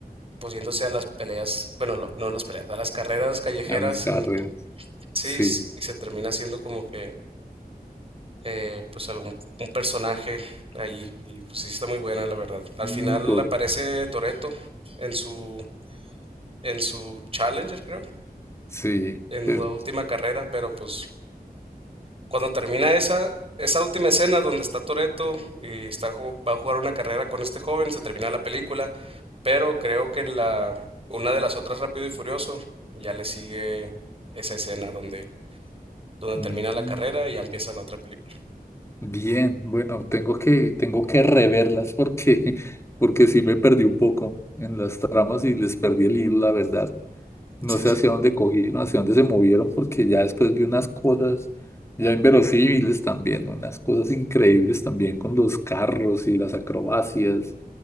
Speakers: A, on the right; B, on the left.
A: pues yéndose a las peleas, bueno, lo- no las peleas, a las carreras callejeras
B: a las carreras,
A: en sí
B: sí,
A: s- y se termina siendo como que eh, pues algún un personaje allí y pues sí está muy buena la verdad. Al
B: Mm,
A: final
B: cor-
A: aparece Toreto en su en su Challenger, creo,
B: sí,
A: en
B: es-
A: la última carrera, pero pues cuando termina esa, esa última escena donde está Toreto y está, ju- va a jugar una carrera con este joven, se termina la película, pero creo que en la, una de las otras Rápido y Furioso ya le sigue esa escena donde, donde
B: mm.
A: termina la carrera y ya empieza la otra película.
B: Bien, bueno, tengo que, tengo que reverlas porque, <laughs> porque sí me perdí un poco en las tramas y les perdí el hilo, la verdad. No
A: Sí,
B: sé
A: sí,
B: hacia dónde cogieron, hacia dónde se movieron, porque ya después vi unas cosas ya inverosímiles también, unas cosas increíbles también con los carros y las acrobacias.